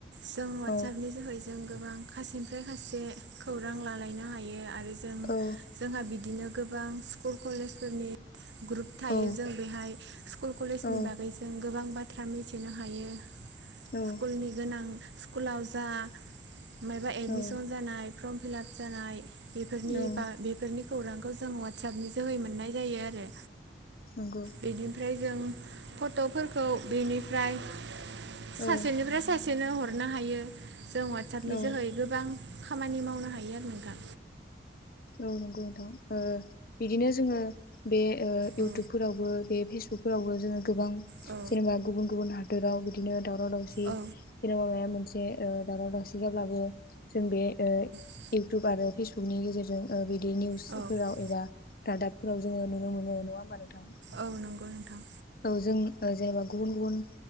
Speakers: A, on the right; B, on the left.
A: जों वाट्सापनि
B: औ
A: जोहै जों गोबां खासेनिफ्राय खासे खौरां लालायनो हायो आरो जों
B: औ
A: जोंहा बि बिदिनो गोबां स्कुल कलेजफोरनि ग्रुप थायो
B: औ
A: जों बेहाय स्कुल कलेजनि
B: औ
A: बागै जों गोबां बाथ्रा मिथिनो हायो
B: औ
A: सकुलनि गोनां स्कुलाव जा मबा एडमिसन
B: औ
A: जानाय फर्म फिलाप जानाय बेफोरनि
B: औ
A: बा बेफोरनि खौरांखौ जों वाट्सपनि जोहै मोननाय जायो आरो
B: नंगौ
A: बिनिफ्राय जों फट'फोरखौ बेनिफ्राय सासेनिफ्राय
B: औ
A: सासे एसेनो हरनो हायो जों वाट्सपनि
B: औ
A: जोहै गोबां खामानि मावनो हायो आरो नों दा
B: औ नंगौ नोंथां बिदिनो जोङो बे
A: औ
B: इउटुबफोरावबो बे फेसबु सौफोरावबो जोङो गोबां
A: औ
B: जेनेबा गुबुन गुबुन हादोराव बिदिनो दावर दावसि
A: औ
B: जबा माया मोन दावाव दावसि जाबबो ज बेउुब
A: औ
B: आरो फेसबुकनि गेजेर जों बिदि निउसफोराव
A: औ
B: एबा रादाबफोराव जोङो नुनो मोन नङा होमबानो दां
A: औ नंगौ नोंथां
B: औ जों जेनेबा गुबुन गुबुन